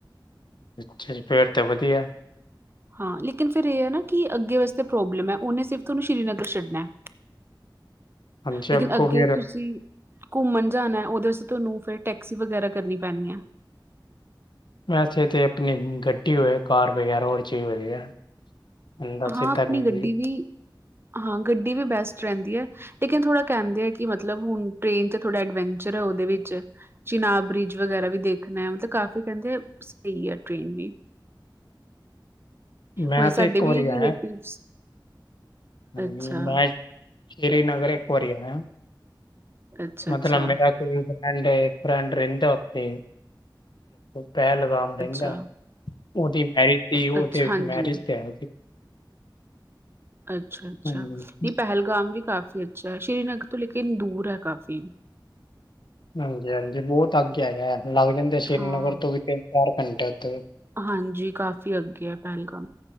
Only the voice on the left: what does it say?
ਅੱਛਾ ਫੇਰ ਤਾਂ ਵਧੀਆ
ਹਾਂਜੀ
ਅੱਗੋਂ
ਫੇਰ
ਵੈਸੇ ਤਾਂ ਆਪਣੀ ਗੱਡੀ ਹੋਏ ਕਾਰ ਵਗੈਰਾ ੳਦੇ ਚ ਵਧੀਆ ਬੰਦਾ
ਸਿੱਧਾ
ਨਿਕਲ
ਜੇ।
ਮੈਂ
ਤੇ
ਇੱਕ
ਵਾਰੀਆਯਾ
ਹੈ ਹਾਂਜੀ
ਮੈਂ ਸ੍ਰੀਨਗਰ ਇੱਕ ਵਾਰੀ ਆਯਾ
ਮਤਲਬ
ਮੇਰਾ ਫਰੈਂਡ ਇੱਕ ਫਰੈਂਡ ਰਹਿੰਦਾ ੳਥੇ ਪਹਲ ਗਾਮ ਰਹਿੰਦਾ
ਉਹਦੀ ਮੈਰਿਜ ਸੀ ਉਹ
ਤੇ
ਮੈਰਿਜ ਤੇ ਆਇਆ ਸੀ
ਹਾਂਜੀ
ਹਾਂਜੀ -ਹਾਂਜੀ ਬਹੁਤ ਅੱਗੇ ਹੈਗਾ ਲੱਗ ਜਾਂਦੇ ਸ੍ਰੀਨਗਰ
ਤੋਂ ਵੀ ਤਿੰਨ ਚਾਰ ਘੰਟੇ ਉੱਥੇ